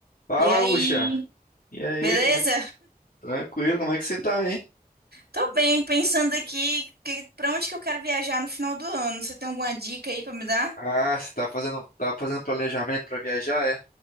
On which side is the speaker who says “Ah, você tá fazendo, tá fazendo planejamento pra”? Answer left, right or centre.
Left